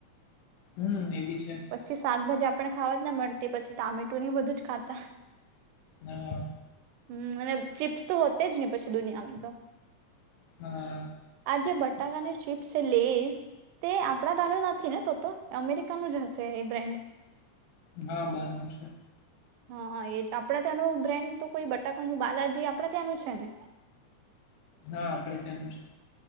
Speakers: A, on the left (about 85°); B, on the right (about 85°).
A: હમ એ બી છે
B: પછી શાકભાજી આપણ ખાવાત ને મળતી પછી ટામેટો ને બધું જ ખાતા
A: હા
B: હમ અને ચીપ્સ તો હોતે જ નહી પછી દુનિયામાં તો
A: હા
B: આ જે બટાકાની ચીપ્સ છે લેસ તે આપણા તનું નથી ને તો તો અમેરિકાનું જ હશે છે એ બ્રાન્ડ
A: હા બારનું છે
B: હા એજ આપણા ત્યાંનું બ્રેન્ડ તો કોઈ બટાકાનું બાદાજી આપડા ત્યાંનું છે ને
A: હા આપડે ત્યાંનું છે